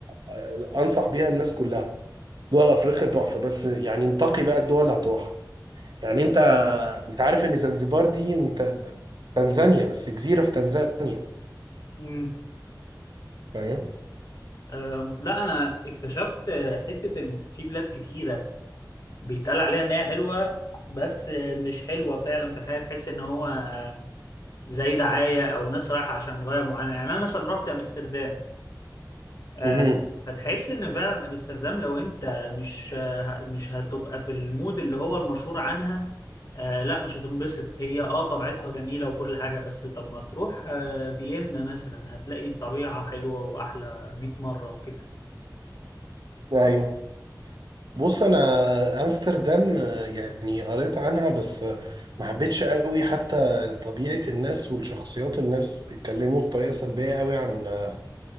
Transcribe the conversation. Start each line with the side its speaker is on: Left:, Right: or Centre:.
Right: آه، انصح بيها الناس كلها دول افريقيا تحفه بس يعني انتقي بقى الدول اللي هتروحها يعني انت انت عارف ان زنزبار دي من ت- تنزانيا بس جزيره في تنزانيا
Left: امم
Right: فاهم
Left: أم، لا انا اكتشفت آه، حتة ان في بلاد كتيرة بيتقال عليها ان هي حلوة بس آه، مش حلوة فعلا في الحياة تحس ان هو آه، زي دعاية او ناس رايحة عشان غاية معينة يعني انا مثلا رحت امستردام آه،
Right: مهم.
Left: فتحس ان فعلا امستردام لو انت مش آه، مش هتبقى في المود اللي هو المشهور عنها آه لا مش هتنبسط هي اه طبيعتها جميلة وكل حاجة بس طب ما تروح آه فيينا مثلا هتلاقي الطبيعة حلوة واحلى 100 مرة وكده
Right: ايوه بص انا امستردام آه، يعني قريت عنها بس آه، ما حبيتش قوي حتى طبيعه الناس والشخصيات الناس اتكلموا بطريقه سلبيه قوي عن آه،